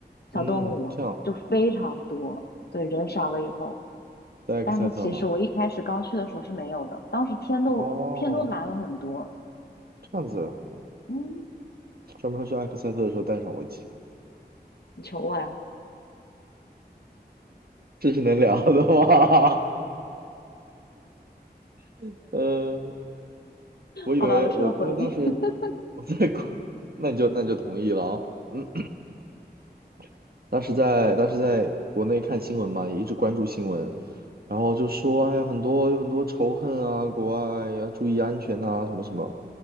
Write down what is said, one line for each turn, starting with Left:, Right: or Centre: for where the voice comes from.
Left: 小动物，
Right: 嗯，这样
Left: 就非常多。对，人少了以后，
Right: 在埃克塞特吗？
Left: 但是其实我一开始刚去的时候是没有的，当时天都天都蓝了很多。
Right: 哦，这样子啊，
Left: 嗯，
Right: 专门说去埃克塞特的时候带上我一起。
Left: 你求我呀？
Right: 这是能聊的吗？<laughs> 嗯，我以为我因为当时
Left: 好吧，我撤回。<laughs>
Right: 我在国，那你就那你就同意了啊。嗯，<clears throat> 当时在当时在国内看新闻嘛，也一直关注新闻，然后就说哎呀很多有很多仇恨啊，国外要注意安全呐、什么什么，